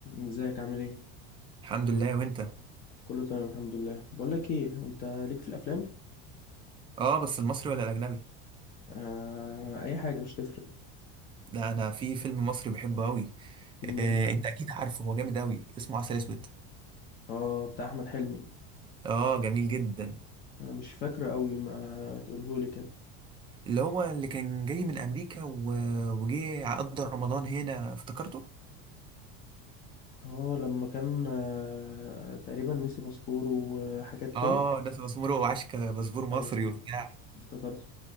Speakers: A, on the left; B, on the right.
A: ازيك عامل ايه
B: الحمد لله وانت
A: كله تمام الحمد لله بقول لك ايه انت ليك في الافلام
B: اه بس المصري ولا الاجنبي
A: آه اي حاجه مش تفرق
B: ده انا في فيلم مصري بحبه قوي
A: فيلم ايه
B: إيه انت اكيد عارفه هو جامد قوي اسمه عسل اسود
A: اه بتاع احمد حلمي
B: اه جميل جدا
A: انا مش فاكره قوي ما تقوله لي كده
B: اللي هو اللي كان جاي من امريكا و... وجه قضى رمضان هنا افتكرته
A: اه لما كان آه تقريبا نسي باسبوره وحاجات كده
B: اه ناس باسمره وعشكة باسبور مصري
A: ايوه
B: وبتاع
A: افتكرته